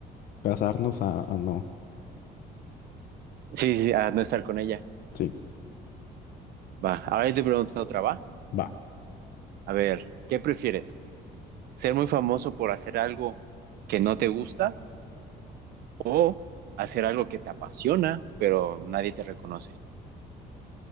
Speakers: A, on the left; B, on the right.
A: casarnos a, a no.
B: Sí, sí, sí, a no estar con ella.
A: Sí,
B: Va. Ahora yo te pregunto otra, ¿va?
A: va.
B: A ver, ¿qué prefieres? ¿Ser muy famoso por hacer algo que no te gusta? O hacer algo que te apasiona, pero nadie te reconoce.